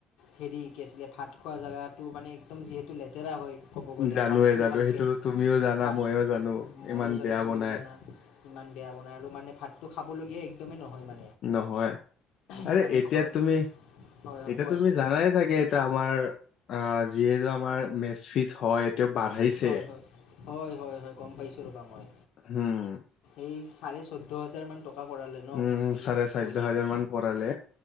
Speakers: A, on the left (about 75°); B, on the left (about 55°).
A: হেৰি কি আছিলে ভাত খোৱা জেগাটো মানে একদম যিহেতু লেতেৰা হয়। ক'ব গ'লে
B: জানোয়ে
A: ভাতটো
B: জানোয়ে
A: ভালকৈ
B: সেইটোতো তুমিও জানা
A: ভাত
B: মইও জানো
A: ময়ো
B: ইমান
A: জানো
B: বেয়া
A: তুমিও
B: বনাই।
A: জানা ইমান বেয়া বনাই আৰু মানে ভাতটো খাবলগীয়া একদমেই নহয় মানে।
B: নহয়।
A: সেইকাৰণে
B: আৰে এতিয়া
A: ঘৰত
B: তুমি
A: হয় হয়
B: এতিয়া
A: কোৱাচোন
B: তুমি জানাই চাগে এইটো আমাৰ আহ যিহেতু আমাৰ মেচ ফিছ হয় এইটো বাঢ়িছে।
A: হয় হয় হয় হয় হয় গম পাইছো ৰবা মই।
B: হম।
A: এই চাৰে চৈধ্য হাজাৰ মান টকা কৰালে ন
B: উম
A: মেচ ফিজৰ
B: চাৰে চৈধ্য
A: পইচাটো।
B: হাজাৰ মান কৰালে